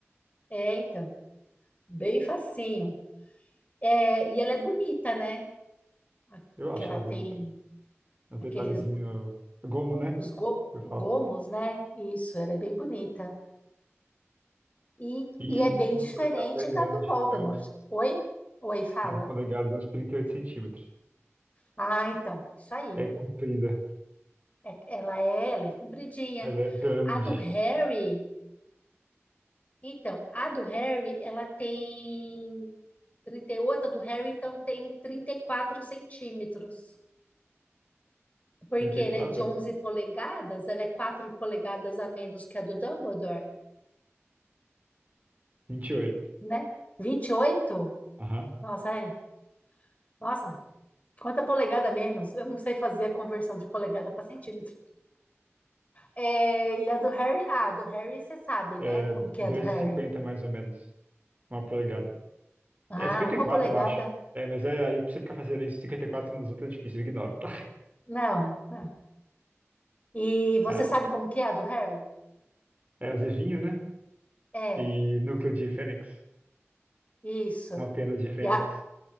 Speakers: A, on the left; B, on the right.
A: É, então, bem facinho. É, e ela é bonita, né? A-
B: Eu
A: Que
B: acho
A: ela
B: ela
A: tem
B: bonita. Um detalhezinho.
A: aqueles
B: Gomo, né?
A: os go-
B: Eu
A: gomos,
B: falo.
A: né? Isso, ela é bem bonita. E,
B: E
A: e é bem
B: 15
A: diferente
B: polegadas é grande.
A: da do Voldemort.
B: É uns
A: Oi? Oi, fala.
B: 15 polegadas, uns 38 centímetros.
A: Ah, então, isso aí.
B: É comprida.
A: É- ela é, ela é compridinha.
B: Ela é grande.
A: A do Harry. Então, a do Harry, ela tem 38, a do Harry, então, tem 34 centímetros. Porque
B: 34?
A: ela é de 11 polegadas, ela é 4 polegadas a menos que a do Dumbledore,
B: 28.
A: né? 28?
B: Aham.
A: Nossa, é. Nossa, quanta polegada a menos? Eu não sei fazer a conversão de polegada para centímetro. É, e a do Harry? Ah, a do Harry você sabe, né?
B: É
A: Como que
B: 2,50
A: é a do Harry?
B: mais ou menos. Uma polegada.
A: Ah,
B: É 54,
A: uma polegada?
B: eu acho. É, mas é aí pra você ficar fazendo isso, 54 nos outros é difícil, eu ignoro. <laughs>
A: Não. não. E você
B: É,
A: sabe como que é a do Harry?
B: é azevinho, né?
A: É,
B: E núcleo de fênix.
A: isso.
B: Uma pena de fênix.
A: E, a-